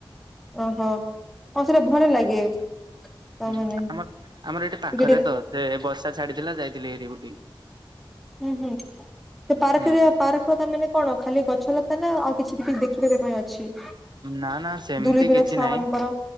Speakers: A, in the centre; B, on the right.
A: ଓହୋ ହ ସେଇଟା ଭଲ ଲାଗେ। ତାମାନେ
B: ହୁଁ ଆମ ଆମର ଏଠି ପାଖରେ
A: ଟିକେ ଟିକେ
B: ତ ସେ ବର୍ଷା ଛାଡ଼ିଥିଲା ଯାଇଥିଲି ଏରି ବୁଲି।
A: ହୁଁ ହୁଁ ସେ ପାର୍କରେ
B: ହୁଁ।
A: ପାର୍କ ତା ମାନେ କଣ ଖାଲି ଗଛ ଲତା ନା ଆଉ କିଛି ଟିକି ଦେଖିଦବା ପାଇଁ ଅଛି।
B: ନା ନା ସେମିତି
A: ଦୁଲି ଦୁଲା
B: କିଛି
A: ଛୁଆ
B: ନାହିଁ।
A: ମାନଙ୍କର